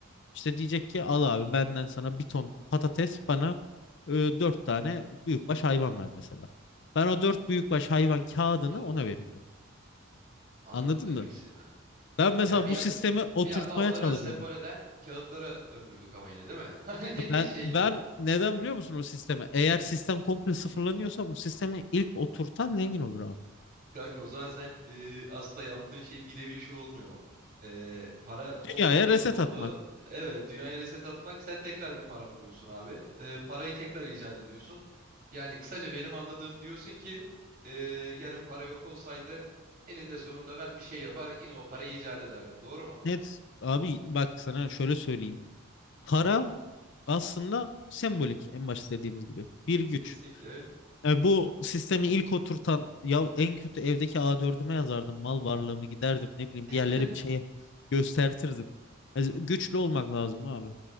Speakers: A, on the left (about 55°); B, on the right (about 45°).
A: İşte diyecek ki al abi benden sana bir ton patates bana e, dört tane büyükbaş hayvan ver mesela. Ben o dört büyükbaş hayvan kağıdını
B: Doğru.
A: ona vereceğim.
B: Anladım
A: Anladın
B: demek
A: mı?
B: istediğini.
A: Ben mesela
B: Ya bir
A: bu sistemi oturtmaya
B: bir anda onları
A: çalışırdım.
B: sembol eden kağıtlara döndürdük ama yine değil mi? <laughs> Hani
A: Ben
B: şey
A: ben
B: gibi.
A: neden biliyor musun o sistemi? Eğer sistem komple sıfırlanıyorsa bu sistemi ilk oturtan zengin olur abi.
B: Kanka o zaman sen e, aslında yaptığın şey bir nevi şu olmuyor mu? E, para olmadı,
A: Dünyaya reset
B: yok oldu.
A: atmak.
B: Evet, dünyaya reset atmak. Sen tekrar bir para buluyorsun abi. E, parayı tekrar icat ediyorsun. Yani kısaca benim anladığım diyorsun ki e, yarın para yok olsaydı eninde sonunda ben bir şey yapar yine o parayı icat ederdim. Doğru mu?
A: Net. Abi bak sana şöyle söyleyeyim. Para aslında sembolik en başta dediğimiz gibi. Bir güç.
B: Kesinlikle.
A: E, bu sistemi ilk oturtan ya en kötü evdeki a dördüme yazardım mal varlığımı giderdim ne bileyim
B: <laughs>
A: bir yerlere bir şeye göstertirdim. E, güçlü olmak lazım abi.